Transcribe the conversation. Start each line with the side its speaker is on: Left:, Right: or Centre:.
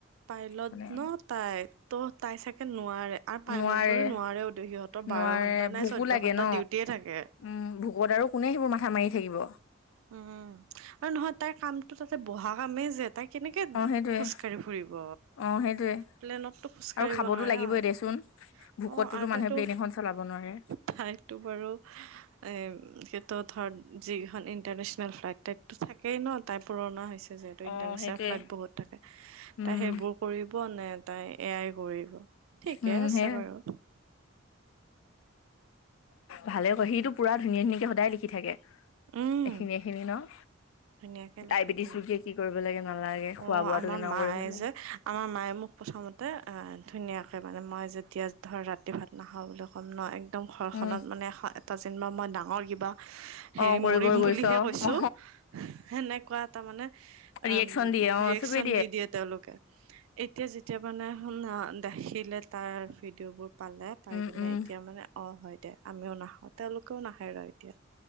Right: পাইলট
Left: মানে
Right: ন' তাই। ত' তাই চাগে নোৱাৰে আৰু পাইলট
Left: নোৱাৰে
Right: বোৰে নোৱাৰেও ত' সিহঁতৰ
Left: নোৱাৰে
Right: বাৰ ঘন্টা
Left: ভোকো
Right: নাই চৈধ্য
Left: লাগে
Right: ঘন্টা
Left: ন
Right: ডিউটিয়ে থাকে।
Left: উম ভোকত আৰু কোনে সেইবোৰ মাথা মাৰি থাকিব?
Right: উম, আৰু নহয় তাইৰ কামটো তাতে বহা কামেই যে তাই কেনেকে
Left: অ সেইটোয়ে
Right: খোজ কাঢ়ি ব।
Left: অ সেইটোয়ে
Right: প্লেনতটো খোজকাঢ়িব
Left: আৰু খাবতো
Right: নোৱাৰে
Left: লাগিবই
Right: ন',
Left: দেচোন ভোকতটোতো
Right: অ আৰু
Left: মানুহে
Right: তাইতো
Left: প্লেন এখন চলাব নোৱাৰে
Right: ঠাইতটো বাৰু এম, সেইটো ধৰ যিগিখন ন ইণ্টাৰনেচনেল ফ্লাইট তাততো থাকেই ন তাই পুৰণা হৈছে যিহেতু
Left: অ
Right: ইন্টাৰনেচনেল
Left: সেইটোয়ে
Right: ফ্লাইট বহুত থাকে,
Left: উম
Right: তাই সেইবোৰ কৰিব নে তাই এয়াই কৰিব। ঠিকে
Left: উম
Right: আছে
Left: সেয়াই
Right: বাৰু।
Left: ভালে কয় সিটো পুৰা ধুনীয়া-ধুনীয়াকে সদায় লিখি থাকে।
Right: উম
Left: এইখিনি এইখিনি ন'?
Right: ধুনীয়াকে
Left: ডায়েবেটিছ
Right: লিখা দেই
Left: ৰোগীয়ে কি কৰিব লাগে নালাগে? খোৱা-বোৱাটো
Right: অ আমাৰ
Left: কেনেকুৱা
Right: মায়ে
Left: কৰিব লাগে?
Right: যে আমাৰ মায়ে মোক প্ৰথমতে ধুনীয়াকে মানে মই যেতিয়া ধৰ ৰাতি ভাত নাখাওঁ বুলি কম ন' একদম ঘৰখনত
Left: উম
Right: মানে এটা যেনিবা মই ডাঙৰ কিবা হেৰি
Left: অ কৰিব
Right: মৰিম
Left: গৈছ
Right: বুলিহে কৈছো
Left: অ
Right: সেনেকুৱা এটা মানে
Left: ৰিয়েকচন
Right: অম
Left: দিয়ে অ
Right: ৰিয়েকচন
Left: চবেই
Right: দি দিয়ে তেওঁলোকে। এতিয়া যেতিয়া মানে শুনা দেখিলে তাৰ ভিডিঅ' বোৰ পালে, পাই
Left: উম
Right: কিনে
Left: উম
Right: এতিয়া মানে অ হয় দে আমিও নাখাও। তেওঁলোকেও নাখায় ৰ এতিয়া।